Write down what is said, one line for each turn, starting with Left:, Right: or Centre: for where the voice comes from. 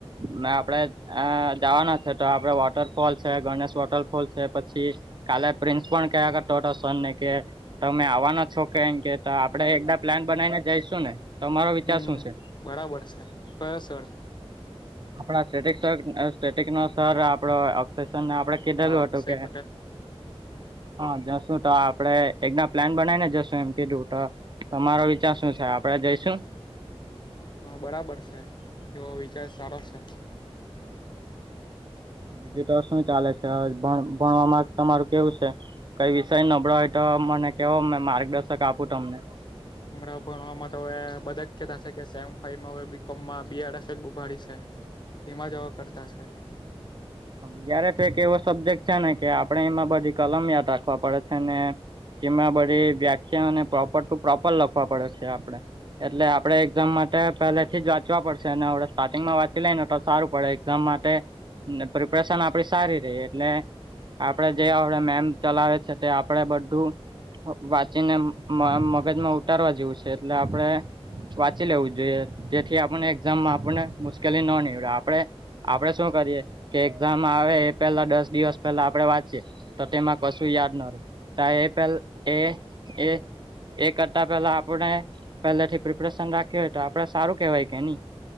Right: ને આપડે અ જાવાના છે તો આપડે વોટરફોલ છે ગણેશ વોટરફોલ છે પછી કાલે પ્રિન્સ પણ કયા કરતો હતો, સર ને કે તમે આવાના છો કેમ કે તો આપડે એકદાડ પ્લાન બનાવીને જઈશું ને? તમારો વિચાર
Left: હમ્મ
Right: શું છે?
Left: બરાબર છે, કયો સર?
Right: આપણા સ્ટટિક સર સ્ટટિકનો સર આપડો અક્ષય સરને આપડે કીધેલું
Left: અક્ષેપ
Right: <unintelligible> હા, જશું તો આપડે એકદાડ પ્લાન બનાવીને જશું એમ કીધું તો તમારો વિચાર શું છે? આપડે જઈશું?
Left: હા, બરાબર છે એવો વિચાર સારો છે.
Right: બીજું તો શું ચાલે છે. ભણવામાં તમારું કેવું છે? કઈ વિષય નબળો હોય તો મને કેવો માર્ગદર્શન આપું તમને?
Left: હમણાં ભણવામાં તો હવે બધા જ કેતા છે કે સેમ ફાઈમાં હવે બીકોમમાં બીઆરફ જ ઉભાડી છે. તેમાં જેબ કરતા શે?
Right: બીઆરફ એક એવો સબ્જેક્ટ છે ને કે આપડણે એમાં બધી કલમ યાદ રાખવા પડે છે. ને તેમાં બધી વ્યાખ્યાને પ્રોપર ટુ પ્રોપર લખવા પડે છે, આપડે એટલે આપડે એક્ઝામ માટે પેલેથી જ વાંચવા પડશે ને આપડણે સ્ટાર્ટિંગમાં વાંચી લઈ ને તો સારું પડે. એઝામ માટે પ્રિપરેશન આપડી સારી રહી એટલે, આપડે જે હવડે મેમ ચલાવે છે તે આપડે બધું, વાંચીને મગજમાં ઉતારવા જેવું છે, એટલે આપડે વાંચી લેવું જોઈએ. જેથી આપણને એક્ઝામમાં આપણને મુશ્કેલી ન નીવડે. આપડે આપડે શું કરીએ કે એક્ઝામ આવે એ પેલા દસ દિવસ પહેલા આપડે વાંચીયએ તો તેમાં કશું યાદ ન <unintelligible> એપલ એ એ એ કરતા પેલા આપણે પેલે થી પ્રિપરેશન રાખ્યું હોય તો આપડે સારું કેવાય કે નહી.